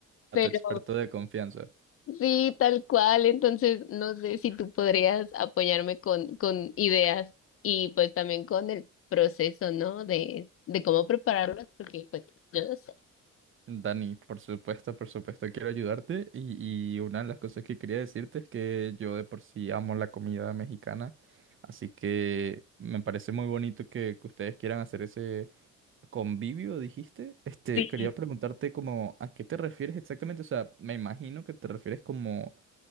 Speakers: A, on the right; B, on the left.
A: a
B: Pero
A: tu experto de confianza.
B: Sí, tal cual. Entonces, no sé si tú podrías apoyarme con, con ideas y pues también con el proceso, ¿no? De, de cómo prepararlos, porque pues yo no sé.
A: Dani, por supuesto, por supuesto, quiero ayudarte y, y una de las cosas que quería decirte es que yo de por sí amo la comida mexicana, así que me parece muy bonito que, que ustedes quieran hacer ese Convivio, dijiste. Este,
B: Sí,
A: quería preguntarte como a qué te refieres exactamente. O sea, me imagino que te refieres como,